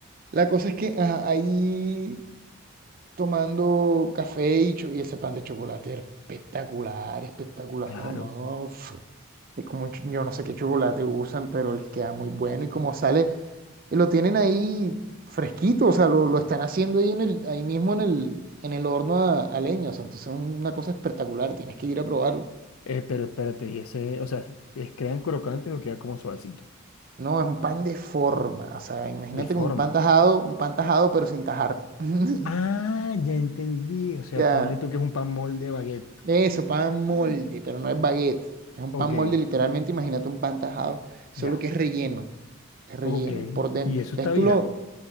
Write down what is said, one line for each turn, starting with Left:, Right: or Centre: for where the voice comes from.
Right: La cosa es que ajá, ahí tomando café y, cho- y ese pan de chocolate era espectacular, espectacular,
Left: Claro.
Right: ¿no? Uf, es como, un ch- yo no sé qué chocolate usan, pero les queda muy bueno y como sale, y lo tienen ahí fresquito, o sea, lo, lo están haciendo ahí, en el, ahí mismo en el, en el horno a, a leña, o sea, entonces es una cosa espectacular, tienes que ir a probarlo.
Left: Eh, pero espérate, y ese, o sea, ¿es crean crocante o queda como suavecito?
Right: No, es un pan de forma. O sea, imagínate
Left: De forma.
Right: como un pan tajado, un pan tajado, pero sin tajar. <laughs>
Left: Ah, ya entendí. O sea,
Right: Ya,
Left: ponle tú que es un pan molde de baguette.
Right: eso, pan molde,
Left: Ah,
Right: pero no es baguette. Es un
Left: ok,
Right: pan molde, literalmente, imagínate un pan tajado, solo
Left: ya.
Right: que es relleno, es relleno
Left: Ok.
Right: por dentro.
Left: Y eso
Right: Entonces
Left: está viral.
Right: tú lo,